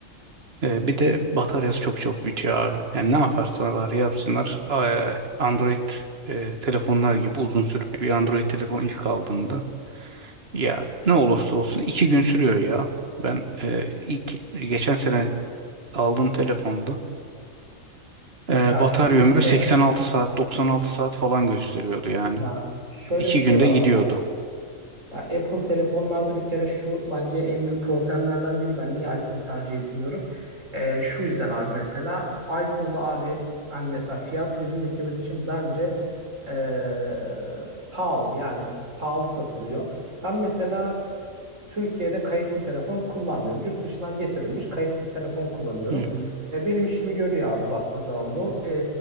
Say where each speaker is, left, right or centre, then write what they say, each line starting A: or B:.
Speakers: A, on the right; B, on the right.
A: E, bir de bataryası çok çok bitiyor abi. Yani ne yaparsalar yapsınlar e, Android e, telefonlar gibi uzun sürmüyor. Bir Android telefon ilk aldığında Ya ne olursa olsun iki gün sürüyor ya. Ben e, ilk geçen sene aldığım telefonda e,
B: Ya
A: batarya
B: şöyle bir
A: ömrü
B: şey
A: 86
B: var. ama-
A: saat, 96 saat falan gösteriyordu yani.
B: Ya şöyle
A: İki
B: bir şey
A: günde
B: var
A: gidiyordu.
B: ama Ya Apple telefonlarda bir kere şu bence en büyük problemlerden biri. Ben niye iPhone tercih etmiyorum? Ee, şu yüzden abi mesela iPhone'da abi hani mesela fiyat bizim ülkemiz için bence ee, pahalı yani pahalı satılıyor. Ben mesela Türkiye'de kayıtlı telefon kullanmıyorum. Yurt dışından getirilmiş kayıtsız telefon kullanıyorum.
A: Hı hı,
B: E, benim işimi görüyor abi baktığın zaman bu. E,